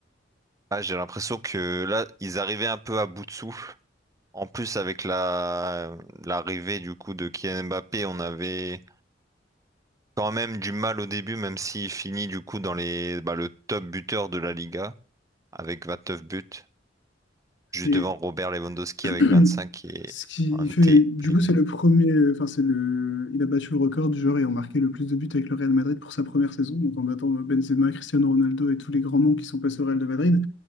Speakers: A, on the right; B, on the left.
A: Ah, j'ai l'impression que là, ils arrivaient un peu à bout de souffle. En plus, avec la l'arrivée du coup de Kylian Mbappé, on avait quand même du mal au début, même s'il finit du coup dans les bah, le top buteur de la Liga avec 29 buts, juste
B: Et
A: devant Robert Lewandowski
B: <clears throat>
A: avec 25 et
B: ce qui
A: Ante
B: fait, du
A: Pellegrini.
B: coup, c'est le premier, enfin, c'est le, il a battu le record du joueur ayant marqué le plus de buts avec le Real Madrid pour sa première saison, donc en battant Benzema, Cristiano Ronaldo et tous les grands noms qui sont passés au Real de Madrid.